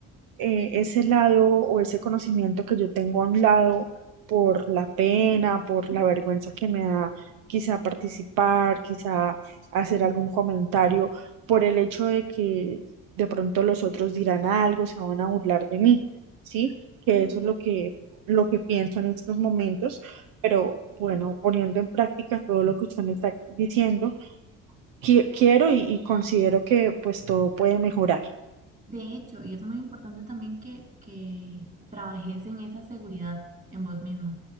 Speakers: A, on the right; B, on the right.
A: eh, ese lado o ese conocimiento que yo tengo a un lado por la pena, por
B: Ujú,
A: la vergüenza que me da quizá participar, quizá hacer algún comentario, por el hecho de que de pronto los otros dirán algo, se van a burlar de mí, ¿sí? Que
B: ujú, ujú.
A: eso es lo que, lo que pienso en estos momentos, pero bueno, poniendo en práctica todo lo que usted me está diciendo, qui- quiero y y considero que pues todo puede mejorar.
B: De hecho, y es muy importante también que, que trabajes en esa seguridad en vos mismo,